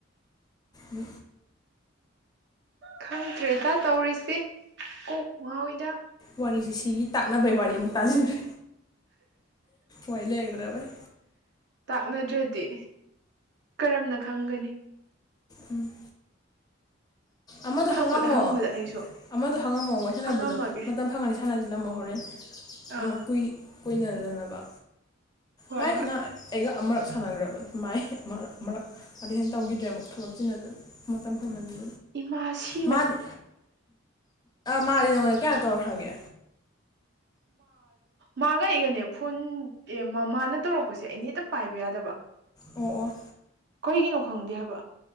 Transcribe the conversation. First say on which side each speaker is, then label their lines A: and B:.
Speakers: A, on the left (about 20°); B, on the right (about 60°).
A: ꯎ
B: ꯈꯪꯗ꯭ꯔꯦꯗ ꯇꯧꯔꯤꯁꯤ ꯀꯣꯛꯄꯨ ꯉꯥꯎꯏꯗ
A: ꯋꯥꯔꯤꯁꯤ ꯁꯤꯒꯤ ꯇꯥꯛꯅꯕꯩ ꯋꯥꯔꯤ ꯑꯃꯨꯛ ꯇꯥꯁꯤꯟꯗ꯭ꯔꯦ ꯋꯥꯔꯤ ꯂꯩꯒꯗ꯭ꯔꯕꯩ
B: ꯇꯥꯛꯅꯗ꯭ꯔꯗꯤ ꯀꯔꯝꯅ ꯈꯪꯒꯅꯤ꯫
A: ꯎꯝ ꯑꯃꯗꯣ
B: ꯍꯪꯕꯗ
A: ꯍꯪꯉꯝꯃꯣ
B: ꯍꯪꯕꯗ ꯑꯩꯁꯨ
A: ꯑꯃꯗꯣ ꯍꯪꯉꯝꯃꯣ ꯋꯥꯔꯤ ꯁꯥꯟꯅꯕꯗꯣ
B: ꯍꯪꯉꯝꯃꯒꯦ
A: ꯃꯇꯝ ꯐꯪꯉꯥꯅꯤ ꯁꯥꯟꯅꯁꯤꯜꯂꯝꯃꯣ ꯍꯣꯔꯦꯟ꯫
B: ꯑꯥ
A: ꯎ ꯀꯨꯏꯅꯗꯅꯕ
B: ꯍꯣꯏ
A: ꯃꯥꯏꯁꯤꯅ
B: ꯍꯣꯏ
A: ꯑꯩꯒ ꯑꯃꯨꯔꯛ ꯁꯥꯟꯅꯈ꯭ꯔꯕꯅꯤ ꯃꯥꯏ ꯑꯃꯛ ꯑꯃꯛ ꯑꯗꯨꯗꯤꯩ ꯍꯦꯟꯅ ꯇꯧꯈꯤꯗ꯭ꯔꯦ ꯑꯃꯨꯛ ꯊꯕꯛ ꯆꯤꯟꯅꯖ ꯃꯆꯝ ꯐꯪꯅꯁꯤ
B: ꯏꯃꯥꯁꯤ
A: ꯃꯥꯗꯤ ꯃꯥꯗꯤ ꯅꯪꯉꯣꯟꯗ ꯀꯌꯥꯔꯛ ꯇꯧꯔꯛꯈ꯭ꯔꯒꯦ꯫
B: ꯃꯥꯒ ꯏꯒꯅꯦ ꯐꯣꯟ ꯑꯦ ꯃꯥꯅ ꯇꯧꯔꯛꯄꯁꯦ ꯑꯩꯅ ꯍꯦꯛꯇ ꯄꯥꯏꯕ ꯌꯥꯗꯕ
A: ꯑꯣ ꯑꯣ
B: ꯀꯔꯤꯒꯤꯅꯣ ꯈꯪꯗꯦ ꯍꯥꯏꯕ